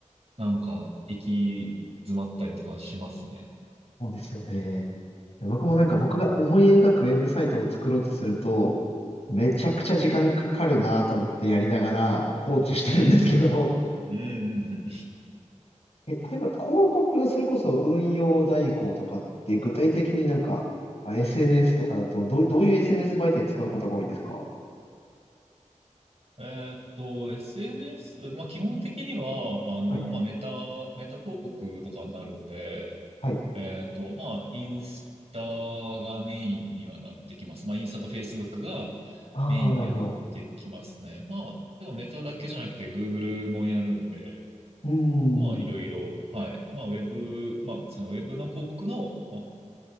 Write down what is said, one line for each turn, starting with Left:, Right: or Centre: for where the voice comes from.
Right: なんか、行き詰まったりとかしますね。
Left: そうですよね。僕もなんか僕が思い描くウェブサイトを作ろうとすると、めちゃくちゃ時間かかるなと思ってやりながら放置してるんですけど、
Right: うんうんうんうん。うんうんうん。
Left: <laughs> え、例えば広告のそれこそ運用代行とかって具体的になんか、あ SNS とかだとどう、どういう SNS 媒体使うことが多いですか
Right: えーっと、SNS、まあ基本的には、あの、
Left: はい。
Right: まあメタ、メタ広告とかになるんで、
Left: はい。
Right: えーっと、まあインスタがメインにはなってきます。まあインスタとフェイスブックが
Left: ああ、
Right: メインにはなってきますね。
Left: なるほど。
Right: まあ、でもメタだけじゃなくて Google もやるんで、
Left: うー
Right: まあいろいろ、
Left: ん。
Right: はい。まあウェブ、まあそのウェブの広告の、まあ、